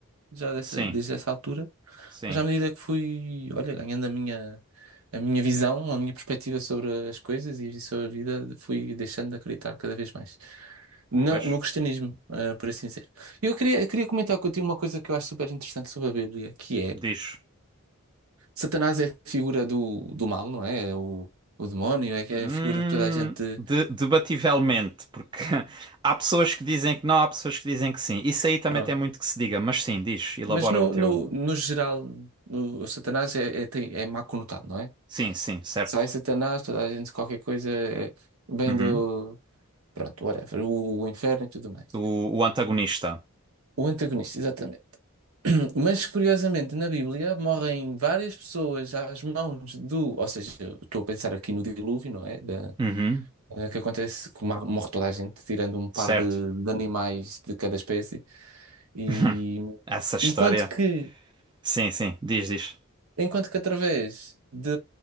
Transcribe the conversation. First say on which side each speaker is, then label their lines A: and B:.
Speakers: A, on the right; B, on the right.
A: já dessa,
B: Sim,
A: desde essa altura.
B: sim.
A: Mas à medida que fui, olha, ganhando a minha, a minha visão, a minha perspectiva sobre as coisas e sobre a vida, fui deixando de acreditar cada vez mais no,
B: Pois,
A: no cristianismo, eh, por assim dizer. Eu queria, queria comentar contigo uma coisa que eu acho super interessante sobre a Bíblia, que é
B: diz.
A: Satanás é a figura do, do mal, não é? É o, o demónio, é que
B: Hum,
A: é a figura que toda a gente.
B: de- debativelmente, porque <laughs> há pessoas que dizem que não, há pessoas que dizem que sim. Isso aí também
A: Pronto.
B: tem muito que se diga, mas sim, diz, elabora
A: Mas no,
B: o teu.
A: no, no geral, no- o Satanás é, é, tem- é má conotado, não é?
B: Sim, sim, certo.
A: Sai Satanás, toda a gente, qualquer coisa, é, vem
B: Uhum.
A: do. Pronto, whatever. O, o inferno e tudo mais.
B: O, o antagonista.
A: O antagonista, exatamente. <clears throat> Mas curiosamente, na Bíblia morrem várias pessoas às mãos do. Ou seja, eu estou a pensar aqui no dilúvio, não é? Da,
B: Uhum.
A: eh, que acontece que ma- morre toda a gente, tirando um par
B: Certo.
A: de, de animais de cada espécie. E
B: <laughs> Essa história.
A: enquanto que,
B: Sim, sim, diz, diz.
A: enquanto que através de,